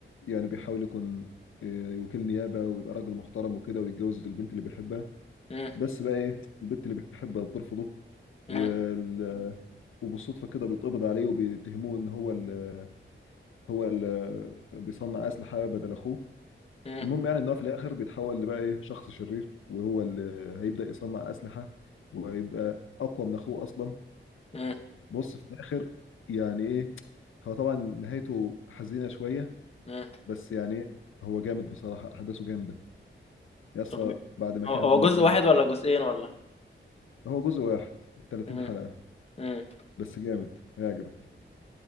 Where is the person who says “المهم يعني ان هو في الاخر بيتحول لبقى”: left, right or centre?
Left